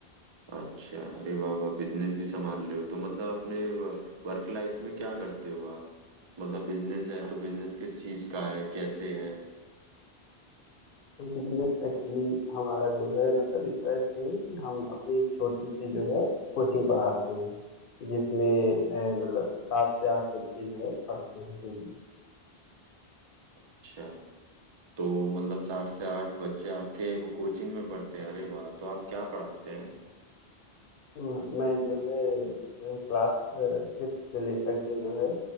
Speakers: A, on the right; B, on the left.
A: अच्छा अरे वाह वाह बिजनेस भी संभाल रहे हो तो मतलब अपने वर्क लाइफ में क्या करते हो आप मतलब बिजनेस है तो बिजनेस किस चीज का है कैसे है
B: बिजनेस एक्चुअली हमारा जो है मतलब इस तरह से है कि हम अपनी एक छोटी सी जो है कोचिंग पढ़ाते हैं जिसमें अ, मतलब सात से आठ बच्चे जो है पढ़ते हैं daily।
A: अच्छा तो मतलब साठ से आठ बच्चे आपके को कोचिंग में पढ़ते हैं अरे वाह तो आप क्या पढ़ाते हैं
B: हम्म, मैं जो है जो क्लास फिफ्थ से लेकर के जो है